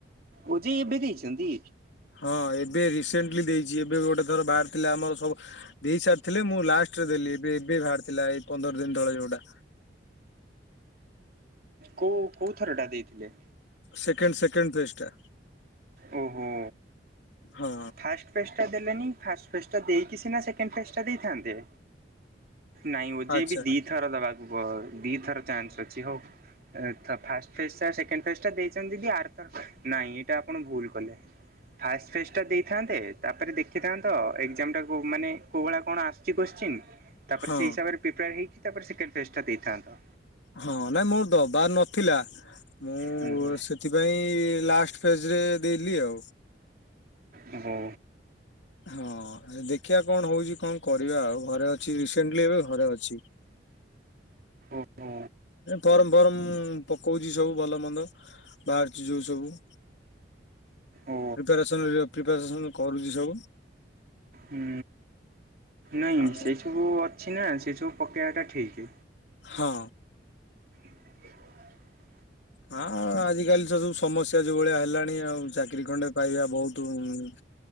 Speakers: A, on the right; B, on the left.
A: ଓ ଯୋ ଇ ଏବେ ଦେଇଚନ୍ତି?
B: ହଁ ଏବେ ରିସେଣ୍ଟଲି ଦେଇଚି ଏବେ ଗୋଟେ ଥର ବାହାର ଥିଲା ଆମର ସବୁ ଦେଇ ସାରିଥିଲେ ମୁଁ ଲାଷ୍ଟରେ ଦେଲି ଏବେ ଏବେ ବାହାରି ଥିଲା ଏଇ ପନ୍ଦର ଦିନ ତଳେ ଯୋଉଟା।
A: କୋଉ କୋଉ ଥର ଟା ଦେଇଥିଲେ?
B: ସେକେଣ୍ଡ ସେକେଣ୍ଡ ଫେଜ୍ ଟା।
A: ଓହୋ
B: ହଁ
A: ଫାଷ୍ଟ ଟା ଦେଲେନି ଫାଷ୍ଟ୍ ଫେଜ ଟା ଦେଇକି ସେକଣ୍ଡ ଫେଜ ଟା ଦେଇଥାନ୍ତେ। ନାଇଁ ଓଜେଇ
B: ଆଚ୍ଛା
A: ବି ଦିଥର ଦବାକୁ ଦିଥର ଚାନ୍ସ ଅଛି ହଉ। ଫାଷ୍ଟ ଫେଜ୍ ଟା ସେକେଣ୍ଡ ଫେଜ୍ ଟା ଦେଇଚନ୍ତି ଯଦି ଆଥର ନାଇଁ ଏଇଟା ଆପଣ ଭୁଲ୍ କଲେ। ଫାଷ୍ଟ ଫେଜ୍ ଟା ଦେଇଥାନ୍ତେ ତାପରେ ଦେଖିଥାନ୍ତ ଏକ୍ଜାମ ଟା ମାନେ କୋଉ ଭଳିଆ କଣ ଆସ କୋସ୍ ଚୀନ୍ ତାପରେ
B: ହଁ
A: ସେଇ ହିସାବରେ ପ୍ରିପେୟାର ହେଇକି ତା ସେକଣ୍ଡ ଫେଜ୍ ଟା ଦେଇଥାନ୍ତ।
B: ହଁ ନାଇଁ ମୋର ଦବାର ନଥିଲା ମୁଁ
A: ହୁଁ
B: ସେ ସେଥିପାଇଁ ଲାଷ୍ଟ ଫେଜରେ ଦେଲି ଆଉ।
A: ହଉ।
B: ହଁ ଦେଖିବା କଣ ହଉଛି କଣ କରିବା ଆଉ ଘରେ ଅଛି ରିସେଣ୍ଟଲି ଏବେ ଘରେ ଅଛି।
A: ଓହୋ
B: ଫର୍ମ ଫର୍ମ ପକଉଛି ସବୁ ଭଲ ମନ୍ଦ ବାହାରୁଛି ଯୋଉ ସବୁ।
A: ଓ
B: ପ୍ରିପାରେସନ ପ୍ରିପାରେସନ କରୁଛି ସବୁ।
A: ହୁଁ ନାଇଁ
B: ଆଉ
A: ସେଇ ସବୁ ଅଛି ନା ସେ ସବୁ ପକେଇବା ଟା ଠିକ୍।
B: ହଁ।
A: <inaudible>
B: ହଁ ଆଜିକାଲି ତ ସବୁ ସମସ୍ୟା ଯୋଉ ଭଳିଆ ହେଲାଣି ଆଉ ଚାକିରି ଖଣ୍ଡେ ପାଇବା ବହୁତ ଉଁ